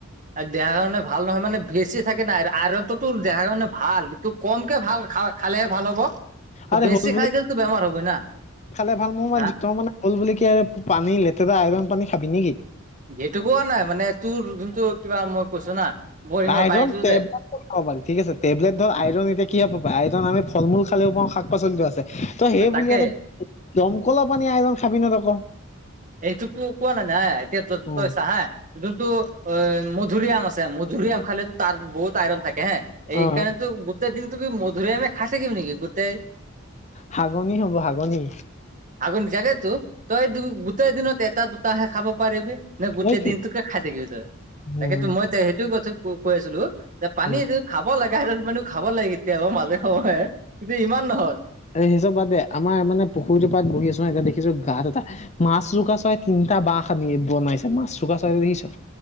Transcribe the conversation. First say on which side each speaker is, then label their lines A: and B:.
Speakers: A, on the right; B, on the left.
A: আৰু দেহাৰ কাৰণে ভাল নহয় মানে বেছি থাকে না, আইৰণটো তোৰ দেহাৰ কাৰণে ভালএইটোক কমকে ভাল খালেহে ভাল হ'ব, ত
B: আৰে
A: বেছি
B: হ'ল বুলি
A: খাই দিলতো বেমাৰ হবই না।
B: খালে ভাল মোৰ মান
A: হা
B: জোতৰ মানে হ'ল বুলি কে আৰু পানী লেতেৰা আইৰন পানী খাবি নেকি?
A: সেইটো কোৱা নাই, মানে তোৰ যোনটো কিবা মই কৈছো না বৰিঙৰ
B: আইৰন
A: পানীটো
B: টেবলেট
A: যে
B: খাব পাৰি ঠিক আছে টেবলেট ধৰ আইৰণ এতিয়া কি পাবা আইৰণ আমি ফল-মূল খালেও পাও শাক-পাচলিতো কৰে আছে। তই সেই
A: তাকে
B: বুলিয়ে যে দমকলৰ পানী আইৰন খাবি নে তই ক?
A: এইটোকটো কোৱা নাই না এতিয়া
B: অ
A: তইছা হে যোনতটো অ, মধুৰিআম আছে মধুৰিআম খালে তাৰ বহুত আইৰন থাকে হে। এইকাৰণেতো
B: অ
A: গোটেই দিন তুমি মধুৰিয়ামে আমি খাই থাকিবি নেকি? গোটেই
B: হাগনি হ'ব হাগনি।
A: হাগনি জানেতো তই দু গোটেই দিনত এটা, দুটাহে খাব পাৰিবি। ন গোটেই
B: সেইটোৱে
A: দিনটোকে খাই থাকিবি তই? তাকেতো
B: উম
A: মই সেইটো কথা কৈ আছিলো। যে পানীটো
B: উম
A: খাব লগা হেতেন কিন্তু খাব লাগে কেতিয়াবা মাজে সময়ে, কিন্তু ইমান নহয়।
B: আৰে সেই চব বাদ দে আমাৰ মানে পুখুৰীটো পাৰত বহি আছো, আ দেখিছো গাত এটা মাছৰোকা চৰাই তিনিটা বাহ সানি বনাইছে, মাছৰোকা চৰাই দেখিছ?